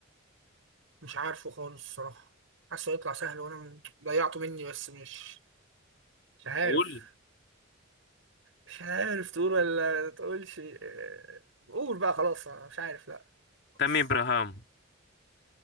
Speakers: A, on the right; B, on the left.
A: مش عارفه خالص الصراحة حاسه هيطلع سهل وانا م- ضيعته مني بس مش مش عارف
B: اقول لي.
A: مش عارف تقول ولا تقولش آه، قول بقى خلاص انا مش عارف لا خلاص
B: تامي ابراهام